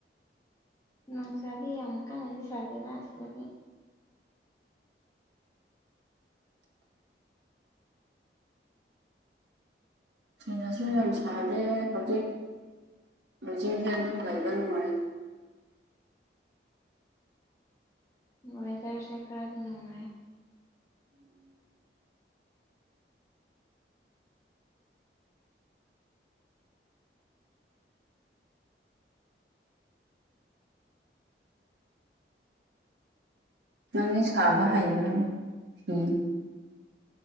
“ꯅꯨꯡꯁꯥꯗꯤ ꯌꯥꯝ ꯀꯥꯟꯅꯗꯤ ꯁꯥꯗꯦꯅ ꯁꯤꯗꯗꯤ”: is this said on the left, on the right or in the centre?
Left